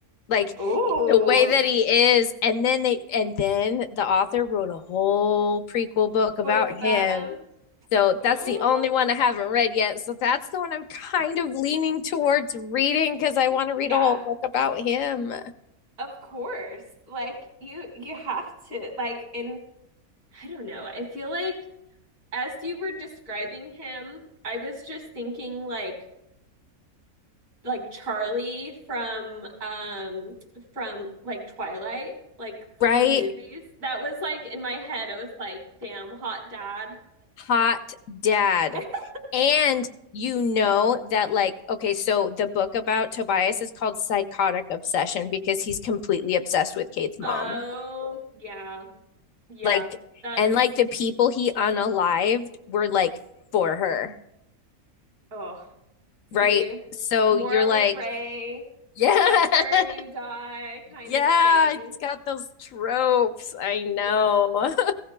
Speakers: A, on the left (about 65°); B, on the right (about 65°).
A: Like
B: Oh,
A: the way that he is. And then they and then the author wrote a whole prequel book about
B: book about
A: him.
B: him.
A: So
B: Oh.
A: that's the only one I haven't read yet. So that's the one I'm kind of leaning towards reading because I want to read
B: Yeah,
A: a whole book about him.
B: of course. Like you you have to like in I don't know. I feel like as you were describing him, I was just thinking like like Charlie from um from like Twilight, like from
A: Right?
B: the movies. That was like in my head, I was like, damn, hot dad.
A: hot dad.
B: <laughs>
A: And you know that, like, okay, so the book about Tobias is called Psychotic Obsession because he's completely obsessed with Kate's mom.
B: oh yeah, yeah.
A: Like,
B: That's
A: and like the people he unalived were like for her,
B: oh
A: right?
B: see,
A: So
B: morally
A: you're like,
B: gray,
A: yeah,
B: touch her
A: <laughs>
B: and you die kind
A: yeah,
B: of thing.
A: it's got those tropes. I know.
B: Yeah.
A: <laughs>